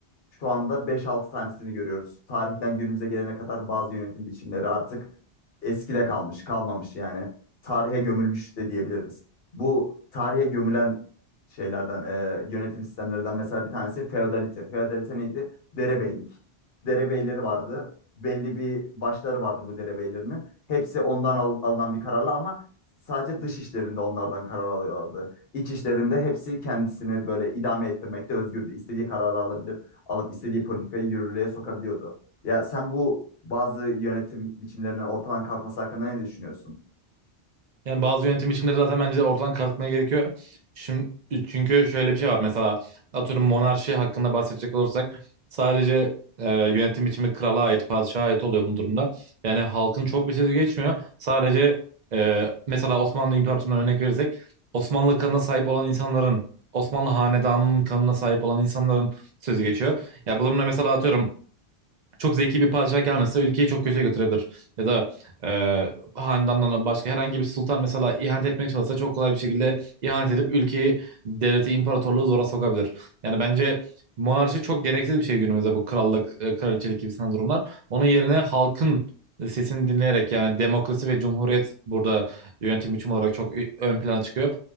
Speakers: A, on the left; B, on the right.
A: şu anda 5-6 tanesini görüyoruz. Tarihten günümüze gelene kadar bazı yönetim biçimleri artık eskide kalmış, kalmamış yani. Tarihe gömülmüş de diyebiliriz. Bu tarihe gömülen şeylerden, e, yönetim sistemlerinden mesela bir tanesi feodalite. Feodalite neydi? Derebeylik. Derebeyleri vardı. Belli bir başları vardı bu derebeylerinin. Hepsi ondan al- alınan bir kararla ama sadece dış işlerinde onlardan karar alıyorlardı. İç işlerinde hepsi kendisini böyle idame ettirmekte özgürdü. İstediği kararı alabilirdi alıp istediği politikayı yürürlüğe sokabiliyordu. Ya sen bu bazı yönetim biçimlerinin ortadan kalkması hakkında ne düşünüyorsun?
B: Yani bazı yönetim biçimleri zaten bence ortadan kalkmaya gerekiyor. Şimdi, çünkü şöyle bir şey var mesela atıyorum monarşi hakkında bahsedecek olursak sadece e, yönetim biçimi krala ait, padişaha ait oluyor bu durumda. Yani halkın çok bir sözü geçmiyor. Sadece e, mesela Osmanlı İmparatorluğu'ndan örnek verirsek Osmanlı kanına sahip olan insanların, Osmanlı hanedanının kanına sahip olan insanların sözü geçiyor. Ya bu durumda mesela atıyorum çok zeki bir padişah gelmese ülkeyi çok kötüye götürebilir. Ya da e, hanedandan başka herhangi bir sultan mesela ihanet etmeye çalışsa çok kolay bir şekilde ihanet edip ülkeyi, devleti, imparatorluğu zora sokabilir. Yani bence monarşi çok gereksiz bir şey günümüzde bu krallık, e, kraliçelik gibisinden durumlar. Onun yerine halkın sesini dinleyerek yani demokrasi ve cumhuriyet burada yönetim biçimi olarak çok ön plana çıkıyor.